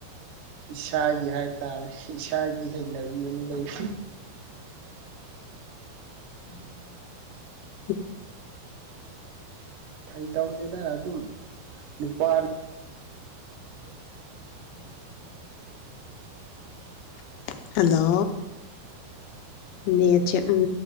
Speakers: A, on the right (about 70°); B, on the left (about 80°).
A: ꯏꯁꯥꯒꯤ ꯍꯥꯏꯇꯥꯔꯦ ꯏꯁꯥꯒꯤ ꯍꯩꯅꯕꯤ ꯑꯃ ꯂꯩ
B: <inaudible>
A: ꯐꯥꯒꯤ ꯇꯧꯅꯦꯗꯅ ꯑꯗꯨꯝ ꯅꯨꯄꯥ
B: <inaudible> ꯍꯜꯂꯣ ꯅꯦꯠꯁꯦ ꯎꯝ